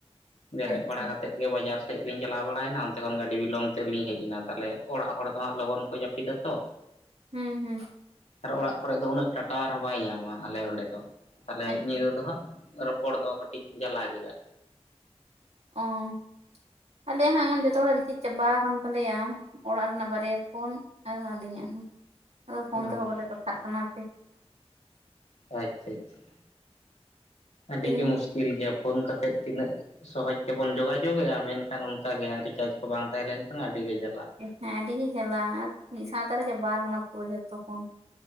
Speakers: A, on the left; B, on the right.
A: ᱵᱮᱨᱮᱫ
B: ᱟᱪᱪᱷᱟ
A: ᱵᱟᱲᱟ ᱠᱟᱛᱮᱫ ᱜᱮ ᱵᱟᱡᱟᱨ ᱛᱮ ᱞᱤᱧ ᱪᱟᱞᱟᱣ ᱵᱟᱲᱟᱭᱮᱱᱟ ᱚᱱᱛᱮ ᱠᱷᱚᱱ ᱜᱟᱹᱰᱤ ᱵᱤᱞᱚᱝᱢ ᱛᱮᱞᱤᱧ ᱦᱮᱡ ᱮᱱᱟ, ᱛᱟᱦᱚᱞᱮ ᱚᱲᱟᱜ ᱦᱚᱲ ᱫᱚ ᱦᱟᱸᱜ ᱞᱚᱜᱚᱱ ᱠᱚ ᱡᱟᱯᱤᱫᱟ ᱛᱚ,
B: ᱦᱩᱸ ᱦᱩᱸ
A: ᱟᱨᱚ ᱚᱲᱟᱜ ᱠᱚᱨᱮ ᱫᱚ ᱩᱱᱟᱹᱜ ᱴᱟ ᱴᱟᱣᱟᱨ ᱦᱚᱸ ᱵᱟᱭ ᱧᱟᱢᱟ, ᱟᱞᱮ ᱚᱸᱰᱮ ᱫᱚ ᱛᱟᱦᱚᱞᱮ
B: ᱟᱪ
A: ᱧᱤᱫᱟᱹ ᱫᱚ ᱦᱟᱸᱜ ᱨᱚᱯᱚᱲ ᱫᱚ ᱠᱟᱹᱴᱤᱡ ᱡᱟᱞᱟ ᱜᱤᱭᱟ,
B: ᱚᱸ ᱟᱞᱮ ᱦᱚᱸ ᱮᱢᱚᱱ ᱡᱚᱛᱚ ᱦᱚᱲᱟ ᱨᱤᱪᱮᱡ ᱪᱟᱵᱟ ᱟᱠᱟᱱ ᱛᱟᱞᱮᱭᱟ᱾ ᱚᱲᱟᱜ ᱨᱮᱱᱟᱜ ᱵᱟᱨᱭᱟ ᱯᱷᱳᱱ, ᱟᱨ ᱟᱹᱞᱤᱧᱟᱜ ᱦᱚᱸ ᱟᱫᱚ ᱯᱷᱳᱱ
A: ᱚ
B: ᱛᱮᱦᱚᱸ ᱵᱟᱞᱮ ᱠᱟᱛᱷᱟᱜ ᱠᱟᱱᱟ᱾ ᱦᱟᱯᱮ
A: ᱟᱪᱪᱷᱟ, ᱟᱪᱪᱷᱟ ᱟᱹᱰᱤ
B: ᱛᱮᱦᱮᱧ
A: ᱜᱮ ᱢᱩᱥᱠᱤᱞ ᱜᱮᱭᱟ ᱯᱷᱳᱱ ᱠᱟᱛᱮᱜ ᱛᱤᱱᱟᱹᱜ ᱥᱚᱦᱚᱡᱽ ᱛᱮᱵᱚᱱ ᱡᱳᱜᱟᱡᱳᱜ ᱮᱼᱟ ᱢᱮᱱᱠᱷᱟᱱ ᱚᱱᱠᱟ ᱜᱮ ᱦᱟᱸᱜ ᱨᱤᱪᱟᱨᱡᱽ ᱠᱚ ᱵᱟᱝ ᱛᱟᱦᱮᱸ ᱞᱮᱱᱠᱷᱟᱱ ᱟᱹᱰᱤ ᱜᱮ ᱡᱟᱞᱟ᱾
B: ᱦᱮᱸ ᱟᱹᱰᱤᱜᱮ ᱪᱟᱞᱟᱜ ᱟᱨ ᱢᱤᱫ ᱥᱟᱶᱛᱮ ᱨᱮ ᱪᱟᱵᱟ ᱟᱠᱟᱱᱟ ᱯᱩᱨᱟᱹ ᱡᱚᱛᱚ ᱠᱷᱳᱱ᱾